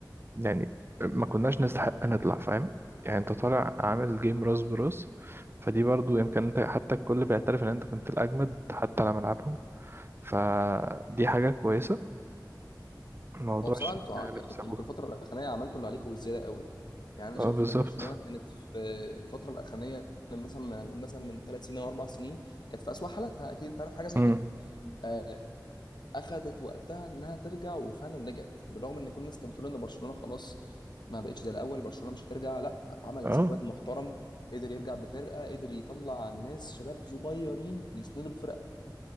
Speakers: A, on the right; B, on the left.
A: يعني ما كناش نستحق نطلع فاهم يعني انت طالع عامل جيم راس براس فدي برضو يمكن انت حتى الكل بيعترف ان انت كنت الأجمد حتى على ملعبهم فدي حاجة كويسة موضوع
B: هو بصراحه
A: الشخصية
B: انتوا ع-
A: اللي
B: يعني
A: اكتسبوها
B: انتوا الفتره الاخرانيه عملتوا اللي عليكم وزياده قوي يعني انا
A: اه
B: شايف
A: بالظبط
B: ان برشلونه كانت في الفتره الاخرانيه مثلا ما نقول مثلا من ثلاث سنين او اربع سنين كانت في اسوأ حالاتها اكيد انت عارف حاجه زي
A: امم
B: كده آه، اخذت وقتها انها ترجع وفعلا رجعت بالرغم ان كل الناس كانت بتقول ان برشلونه خلاص ما بقتش زي الاول برشلونه مش هترجع لا عمل
A: اه
B: سكواد محترم قدر يرجع بفرقه قدر يطلع ناس شباب صغيرين يسندوا الفرقه